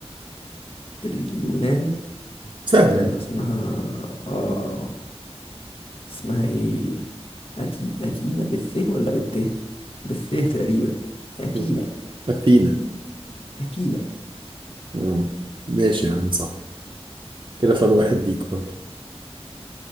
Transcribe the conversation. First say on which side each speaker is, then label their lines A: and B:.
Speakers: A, on the left; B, on the right.
A: اليونان
B: سهلة
A: استنى اسمها اه اه اسمها ايه أتي... أتينا بالث ولا بالت بالث تقريبا أتينا
B: هي أثينا
A: أثينا
B: آه. ماشي يا عم صح كده فرق واحد ليك برضه